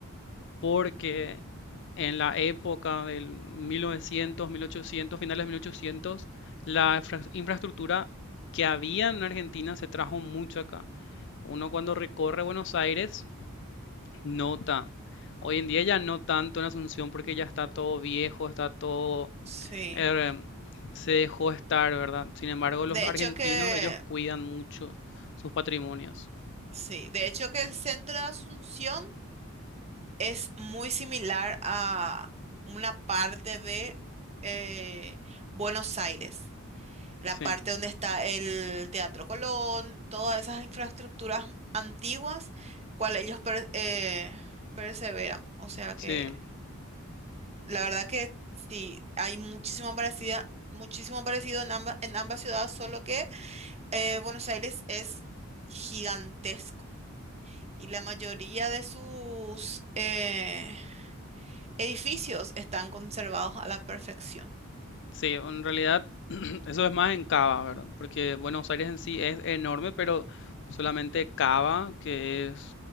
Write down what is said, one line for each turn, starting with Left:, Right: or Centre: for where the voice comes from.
Left: porque en la época del 1900, 1800, finales de 1800, la infra- infraestructura que había en Argentina se trajo mucho acá. Uno cuando recorre Buenos Aires nota. Hoy en día ya no tanto en Asunción porque ya está todo viejo, está todo...
Right: sí.
Left: eh, se dejó estar, ¿verdad? Sin embargo, los
Right: De
Left: argentinos,
Right: hecho que,
Left: ellos cuidan mucho sus patrimonios.
Right: sí, de hecho que el centro de Asunción es muy similar a una parte de eh, Buenos Aires, la
Left: Sí,
Right: parte donde está el Teatro Colón, todas esas infraestructuras antiguas, cual ellos per- eh, perseveran. O sea que,
Left: sí.
Right: la verdad que sí, hay muchísimo parecido, muchísimo parecido en ambas, en ambas ciudades, solo que eh, Buenos Aires es gigantesco y la mayoría de sus eh, edificios están conservados a la perfección.
Left: Sí, en realidad <clears throat> eso es más en Cava, ¿verdad? Porque bueno, Buenos Aires en sí es enorme, pero solamente Cava, que es